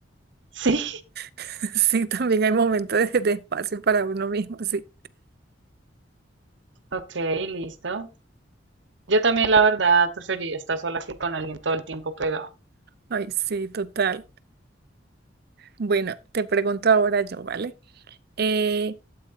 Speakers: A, on the right; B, on the right.
A: Sí.
B: <laughs> Sí, también hay momentos de, de espacio para uno mismo, sí.
A: Ok, listo. Yo también, la verdad, preferiría estar sola que con alguien todo el tiempo pegado.
B: Ay, sí, total. Bueno, te pregunto ahora yo, ¿vale? Eh,